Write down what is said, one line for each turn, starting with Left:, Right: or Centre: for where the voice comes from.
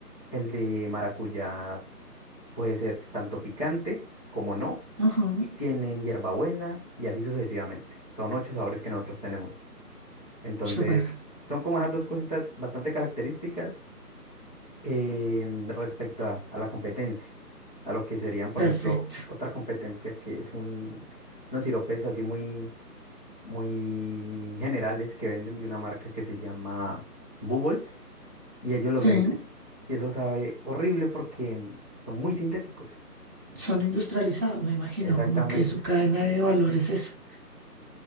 Left: el de maracuyá puede ser tanto picante como no,
Centre: ujú,
Left: y tienen hierbabuena y así sucesivamente. Son ocho sabores que nosotros tenemos. Entonces,
Centre: súper,
Left: son como esas dos cositas bastante características em, respecto a, a la competencia, a lo que serían, por
Centre: perfecto.
Left: ejemplo, otra competencia que es un, unos siropes así muy, muy generales que venden de una marca que se llama Bubbles y ellos los
Centre: Sí,
Left: venden y eso sabe horrible porque son muy sintéticos,
Centre: son industrializados, me imagino,
Left: exactamente,
Centre: como que su cadena de valores es.